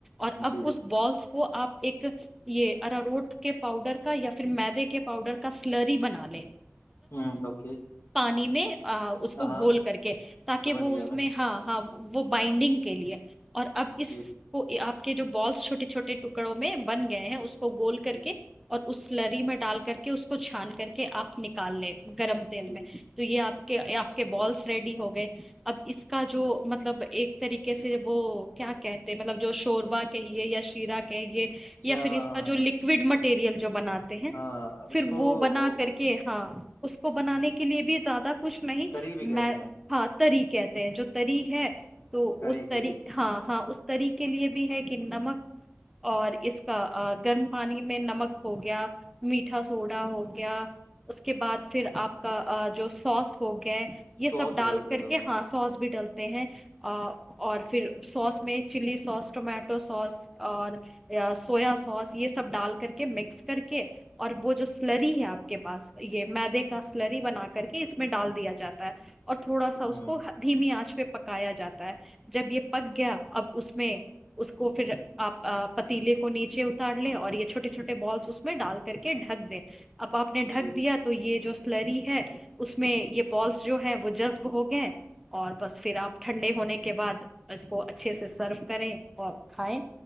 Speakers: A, in the centre; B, on the left.
A: اور اب
B: جی
A: اس بالس وہ آپ ایک یہ اراروٹ کے پاؤڈر کا یا پھر مدے کے پاؤڈر کا سلری بنا لے
B: ہوں اوکے
A: پانی میں اس کو
B: ہاں ہاں
A: گھول کر کے تاکہ
B: سمجھ
A: وہ
B: گیا
A: اس میں ہاں ہاں وہ بائنڈنگ کے لیے اور اب اس
B: جی
A: کو آپ کے جو بالس چھوٹے چھٹے ٹکڑوں میں بن گئے ہیں اس کو گول کر
B: جی
A: کے اور اس لری میں ڈال کر کے اس کو چھان کر کے آپ نکال لیں گرم
B: جی
A: تیل میں
B: جی
A: یہ آپ کے آپ کے بالس ریڈی ہو گئے اب اس کا جو مطلب ایک طریقے سے وہ کیا کہتے مطلب جو شوربا کہیے یا شیرہ کہیے
B: اچھا
A: یا پھر
B: ہاں
A: اس کا جو
B: ہاں
A: لکوڈ مٹر مٹیریل جو بناات ہیں
B: ہاں ہاں
A: پھر
B: اس کو
A: وہ بنا
B: ہوں،
A: کر کے ہاں اس کو بنانے
B: ہوں،
A: کے لیے بھی زیادہ کچھ نہیں
B: کری بھی کہتے
A: میں
B: ہیں
A: ہاں تری کہتے ہیں جو تری ہے تو
B: کری
A: اس طریح
B: کری
A: ہاں ہاں طریق لے بھی ہے کہ نمک اور اس کا گرم پانی میں نمک ہو گیا میٹھا سوڈا ہو گیا اس کے بعد پھر آپ کا جو سوس ہو گئے یہ سب
B: سوس
A: ڈال
B: بھی ڈالتے
A: کر
B: ہیں لوگ
A: کے ہاں سوس بھی ڈالتا ہیں اور پھر سوس میں چلی سوس ٹمیٹو سوس اور سویا سوس یہ سب ڈال کر کے مکس کر کے اور وہ جو سلری ہے آپ کے پاس یہ مدے کا سلری بنا کر کے اس میں ڈال دیا جاتا ہے اور تھوڑا سا
B: ہ
A: اس کو دھیمی آنچ پہ پکایا جاتا ہے جب یہ پک گیا اب اس میں اس کو پھر آپ پتیلے کو نیچے اتار لے اور یہ چھوٹے چھوٹے بالس اس میں ڈال کر کے ڈھک دے اب آپ نے
B: جی
A: ڈھک دیا تو یہ جو سلری ہے اس میں یہ بالس جو ہیں وہ جذب ہو گئے اور بس پھر آپ ٹھنڈے ہونے کے بعد اس کو اچھے سے سرو کریں اور کھائیں